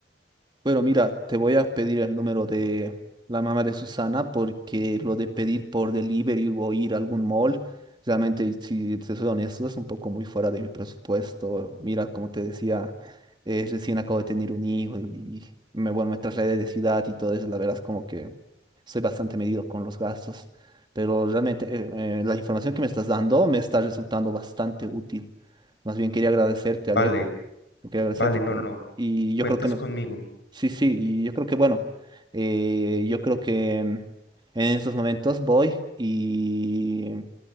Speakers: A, on the right; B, on the left.
A: Bueno, mira, te voy a pedir el número de la mamá de Susana porque lo de pedir por delivery o ir a algún mall, realmente, si te soy honesto, es un poco muy fuera de mi presupuesto. Mira, como te decía, eh, recién acabo de tener un hijo y, y me, bueno, me trasladé de ciudad y todo eso, la verdad es como que soy bastante medido con los gastos, pero realmente eh, eh, la información que me estás dando me está resultando bastante útil. Más bien quería agradecerte,
B: Vale,
A: Alejo. Quería agradecerte
B: vale, no,
A: por...
B: no, no.
A: Y yo
B: Cuentas
A: creo que no.
B: conmigo,
A: Sí, sí, y yo creo que bueno, eh, yo creo que mm, en estos momentos voy y